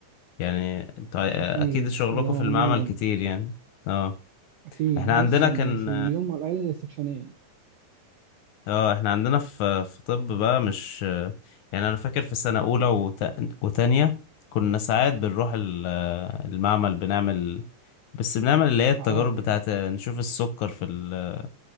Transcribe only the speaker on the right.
أكيد
يوميا
أكيد
بص
يعني
في اليوم على الأقل هي سكشنين
ساعات
يعني